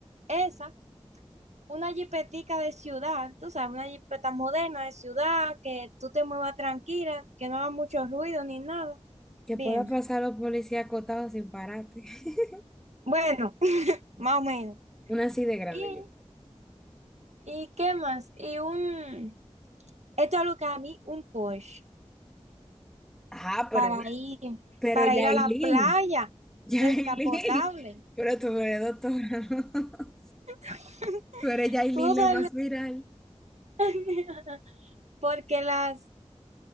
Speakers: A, on the right; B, in the centre.
A: Esa, una jipetica de ciudad, tú sabes, una jipeta moderna de ciudad, que tú te muevas tranquila, que no haga mucho ruido ni nada.
B: Que
A: Bien,
B: pueda pasar los policías acotados sin parate. <laughs>
A: bueno, <laughs> más o menos.
B: Una así de grande,
A: ¿Y,
B: yo quiero.
A: y qué más? Y un, esto es lo que a mí, un Porsche,
B: Ajá, pero,
A: para ir,
B: pero
A: para
B: Yailin,
A: ir a la playa,
B: <laughs> Yailin.
A: descapotable.
B: Pero tú no eres doctora, <laughs> ¿no?
A: <laughs>
B: Tú eres Yailin
A: Tú no sabes,
B: la más viral.
A: <laughs> porque las,